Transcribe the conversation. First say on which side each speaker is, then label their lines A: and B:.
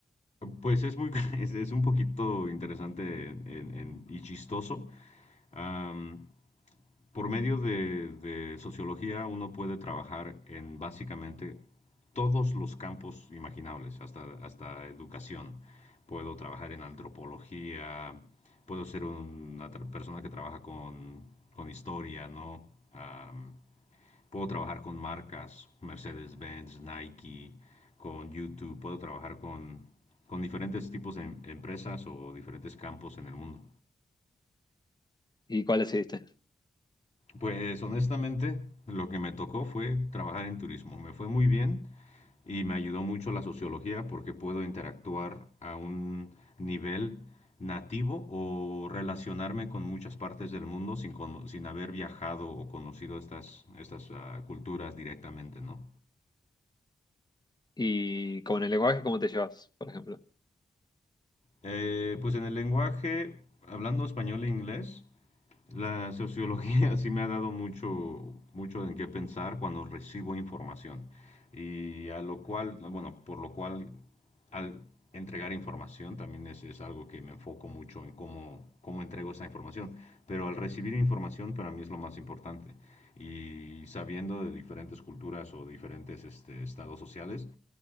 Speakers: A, on the left (about 40°); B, on the left (about 20°).
A: pues es muy, <laughs> es, es un poquito interesante en- en- y chistoso. Am, Por medio de, de sociología uno puede trabajar en básicamente todos los campos imaginables, hasta, hasta educación. Puedo trabajar en antropología, puedo ser una tra- persona que trabaja con, con historia, ¿no? Am, puedo trabajar con marcas, Mercedes-Benz, Nike, con YouTube, puedo trabajar con, con diferentes tipos de em- empresas o diferentes campos en el mundo.
B: ¿Y cuál decidiste?
A: Pues honestamente, lo que me tocó fue trabajar en turismo. Me fue muy bien y me ayudó mucho la sociología porque puedo interactuar a un nivel nativo o relacionarme con muchas partes del mundo sin, cono- sin haber viajado o conocido estas, estas ah, culturas directamente, ¿no?
B: ¿Y con el lenguaje cómo te llevas, por ejemplo?
A: Eh, pues en el lenguaje, hablando español e inglés, La sociología <laughs> sí me ha dado mucho, mucho en qué pensar cuando recibo información. Y a lo cual, bueno, por lo cual al entregar información también es, es algo que me enfoco mucho en cómo, cómo entrego esa información. Pero al recibir información para mí es lo más importante. Y sabiendo de diferentes culturas o diferentes este, estados sociales,